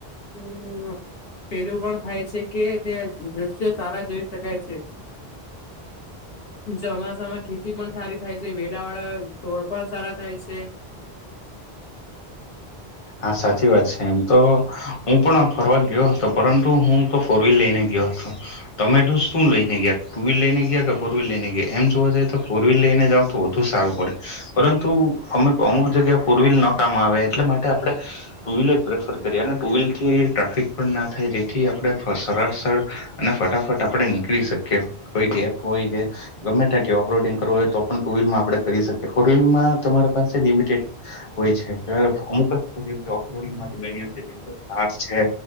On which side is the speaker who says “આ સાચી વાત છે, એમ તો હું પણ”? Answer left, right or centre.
Left